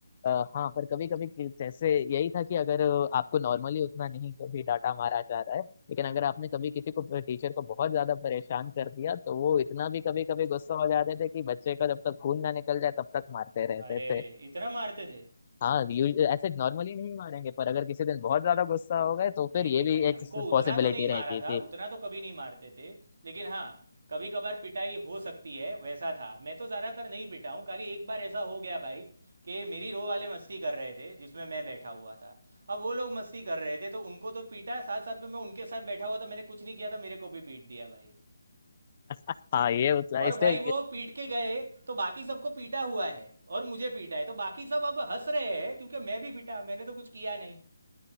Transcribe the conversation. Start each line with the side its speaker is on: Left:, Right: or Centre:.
Left: आ, हाँ पर कभी कभी जैसे यही था कि अगर आपको नॉर्मली उतना नहीं कभी डांटा मारा जा रहा है लेकिन अगर आपने कभी किसी को टीचर को बहुत ज्यादा परेशान कर दिया तो वो इतना भी कभी कभी गुस्सा हो जाते थे कि बच्चे का जब तक खून ना निकल जाए तब तक मारते रहते
Right: अरे
Left: थे
Right: रे इतना मारते थे
Left: हाँ यू- ऐसे नॉर्मली नहीं मारेंगे पर अगर किसी दिन बहुत ज्यादा गुस्सा हो गए तो
Right: नहीं
Left: फिर ये
Right: नहीं
Left: भी
Right: भाई हमको
Left: एक
Right: उतना
Left: पॉसिबिलिटी
Right: तो नहीं मारा
Left: रहती
Right: था
Left: थी
Right: उतना तो कभी नहीं मारते थे लेकिन हाँ कभी कभार पिटाई हो सकती है वैसा था मैं तो ज़्यादातर नहीं पिटा हूँ खाली एक बार ऐसा हो गया भाई कि मेरी रो वाले मस्ती कर रहे थे जिसमें मैं बैठा हुआ था अब वो लोग मस्ती कर रहे थे तो उनको तो पीटा साथ साथ में मैं उनके साथ बैठा हुआ था मैंने कुछ नहीं किया था मेरे को भी पीट दिया भाई
Left: हाँ ये उतना-
Right: और
Left: इससे
Right: भाई वो पीट के गए तो बाकी सबको पीटा हुआ है और मुझे पीटा है तो बाकी सब अब हंस रहे हैं क्योंकि मैं भी पीटा मैंने तो कुछ किया नहीं